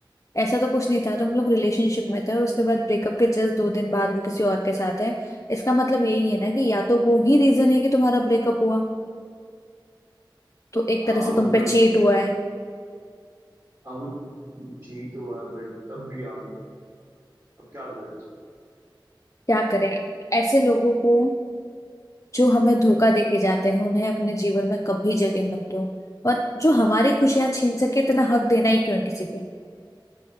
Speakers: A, on the left; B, on the right.
A: ऐसा तो कुछ नहीं था तुम लोग रिलेशनशिप में थे और उसके बाद ब्रेकअप के जस्ट दो दिन बाद वो किसी और के साथ है इसका मतलब यही है ना कि या तो वो ही रीजन है कि तुम्हारा ब्रेकअप हुआ तो एक
B: हाँ
A: तरह से तुम
B: मतलब
A: पे चेट हुआ है
B: अब वो जीत हुआ है बट तब भी यार अब क्या करें सो
A: क्या करें ऐसे लोगों को जो हमें धोखा देके जाते हैं उन्हें अपने जीवन में कभी जगह मत दो और जो हमारी खुशियां छीन सके इतना हक देना ही क्यों है किसी को